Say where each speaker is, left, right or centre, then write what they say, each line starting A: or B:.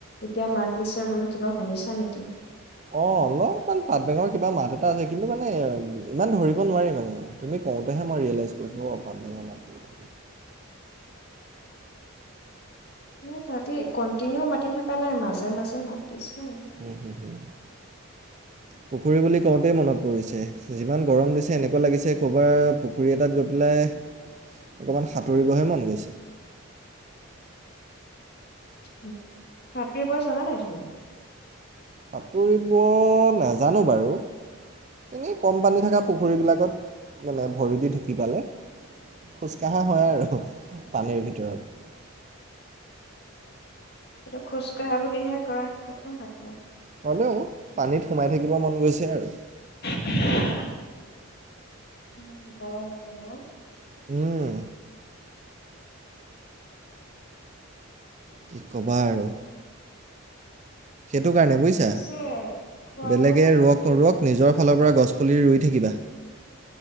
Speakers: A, on the left; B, on the right.
A: এতিয়া মাত দিছে বুলু কিবা শুনিছা নেকি?
B: অ', অলপমান পাত বেঙৰ কিবা মাত এটা আছে, কিন্তু মানে ইমান ধৰিব নোৱাৰি মানে। তুমি কওঁতেহে মই ৰিয়েলাইজ কৰিছোঁ অ পাত বেঙৰ মাতটো‌ <inaudible>
A: <inaudible> তিনিও মাতি থকা নাই মাজে মাজে মাত দিছে আৰু।
B: উম, হুম, হুম। পুখুৰী বুলি কওঁতেই মনত পৰিছে, যিমান গৰম দিছে এনেকুৱা লাগিছে ক'ৰবাৰ পুখুৰী এটাত গৈ পেলাই অকমান সাঁতুৰিবহে মন গৈছে।
A: হু, সাতুৰিব জানা নাই? <unintelligible>
B: সাঁতুৰিব নাজানো বাৰু। এনেই কম পানী থাকা পুখুৰীবিলাকত, মানে ভৰি দি ঢুকি পালে, খোজকাঢ়া হয় আৰু। পানীৰ ভিতৰত
A: এইটো খোজ কাঢ়া বুলিহে কয়। কতনো <unintelligible>
B: হ'লেও পানীত সোমাই থাকিব মন গৈছে আৰু।
A: <inaudible> উম গৰমতে ন?
B: উম কি কবা আৰু! এইটো কাৰণে বুইছা,
A: পিছে খোৱা
B: বেলেগে
A: বোৱা কৰিলা
B: ৰুওক নুৰুঅক
A: নাই?
B: নিজৰ ফালৰ পৰা গছ পুলি ৰুই থাকিবা।